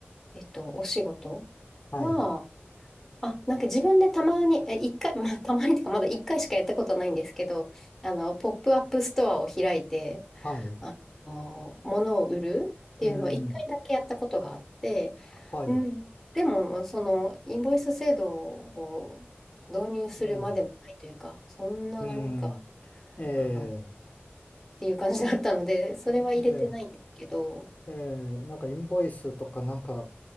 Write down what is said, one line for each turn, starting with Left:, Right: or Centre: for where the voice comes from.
Centre: えっと、お仕事
Left: はい。
Centre: は、あ、なんか自分でたまに、え、一回、まあ、たまにっていうか、まだ一回しかやったことないんですけど、あの、ポップアップストアを開いて、
Left: はい。
Centre: あの、物を売るっていうのを一回だけやったことがあって、
Left: うん。はい。
Centre: うん、でも、その、インボイス制度を導入するまでもないというか、
Left: うん。
Centre: そんななんか、
Left: うん。ええ
Centre: あの、っていう感じだったので、それは入れてないんですけど、
Left: あれ、ええええなんかインボイスとかなんか、